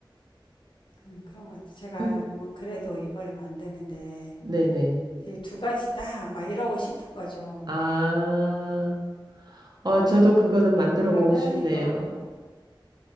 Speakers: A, on the left (about 65°); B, on the right (about 50°).
A: 음, 그런 것 같아요. 제가
B: 음,
A: 뭐 그래도 이번에만 안 되는데,
B: 네네.
A: 이 두 가지다. 막 이러고 싶은 거죠.
B: 아, 어, 저도 그거는 만들어
A: 그러면
B: 보고 싶네요.
A: 이거